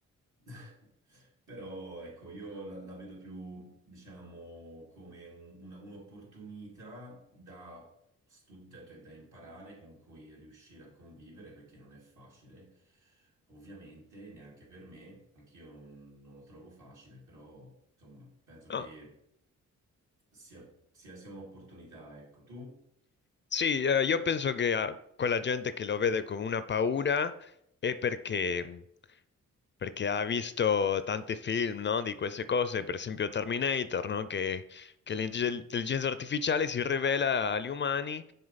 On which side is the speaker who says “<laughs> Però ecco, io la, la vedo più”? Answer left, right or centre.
Right